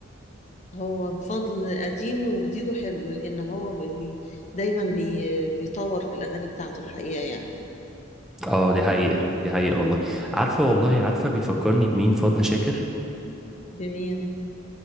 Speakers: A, on the left (about 35°); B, in the centre.
A: هو فضل قديمه وجديده حلو لان هو بي دايما بي بيطور في الاغاني بتاعته الحقيقة يعني
B: اه دي حقيقة دي حقيقة والله عارفة والله عارفة بيفكرني بمين فضل شاكر
A: بمين